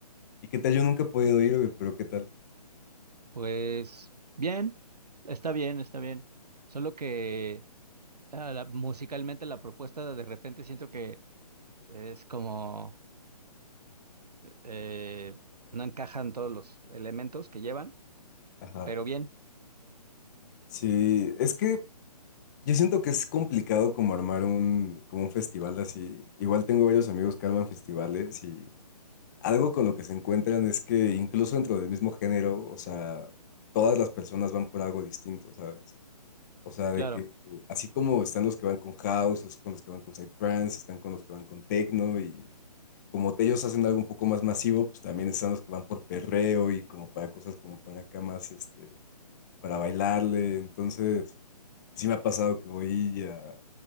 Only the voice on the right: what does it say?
Pues bien, está bien, está bien. Solo que ah, la- musicalmente la propuesta de repente siento que es como eh, no encajan todos los elementos que llevan,
pero bien,
claro.